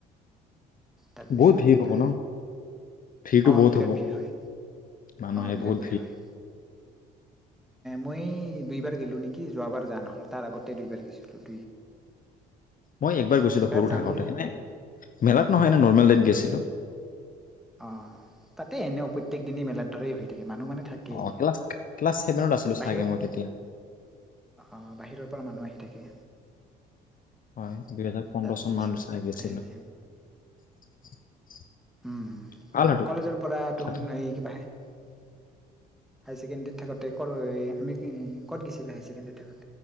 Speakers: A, in the centre; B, on the left (about 40°).
A: তাৰপিছত
B: বহুত ভিৰ হ'ব ন ভিৰটো
A: অঁ
B: বহুত
A: বিৰাট
B: হ'ব
A: ভিৰ হয়
B: মানুহে
A: অঁ বিৰাট
B: বহুত
A: ভিৰ হয়, মই দুইবাৰ গ'লোঁ নেকি যোৱাবাৰ যোৱা নহ'ল, তাৰ আগতে দুইবাৰ গৈছিলোঁ।
B: মই একবাৰ গৈছিলো
A: এইবাৰ
B: সৰু
A: যাম
B: থাকোতে
A: বুলি ভাব
B: এনে মেলাত নহয় এনে নৰ্মেল ডট গৈছিলো,
A: অ তাতে এনেও প্ৰত্যেক দিনে মেলাৰ ধৰেই হৈ থাকে, মানুহ মানে থাকেই
B: অ ক্লাছ ক্লাছ ছেভেনত আছিলো চাগে
A: বাহিৰত
B: মই তেতিয়া
A: অ বাহিৰত মানুহ আহি থাকে
B: হয় দুহেজাৰ পোন্ধৰ
A: তাৰপিছত
B: চন মান বিচাৰ গৈছিলো
A: হেৰি
B: <unintelligible>
A: উম
B: ভাল আৰু
A: কলেজৰ পৰা তহন
B: তাতে
A: এই কিবাহে হাই ছেকেণ্ডৰীত থাকোতে কত আমি ক'ত গৈছিলো হাই ছেকেণ্ডৰ থাকোতে